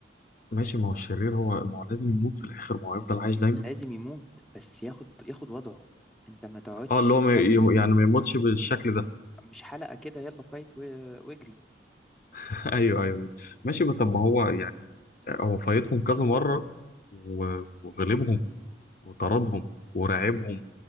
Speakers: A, on the left; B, in the centre.
A: ماشي ما هو الشرير هو ما هو لازم يموت في الاخر ما هو يفضل عايش دايما
B: لازم يموت بس ياخد ياخد وضعه انت ما تقعدش
A: اه اللي هو ما
B: كام
A: ي- يعني ما يموتش بالشكل ده
B: مش حلقة كده يلا فايت و- واجري
A: <laughs> ايوه ايوه ماشي بس طب ما هو يعني هو فايتهم كذا مره و- وغلبهم وطردهم ورعبهم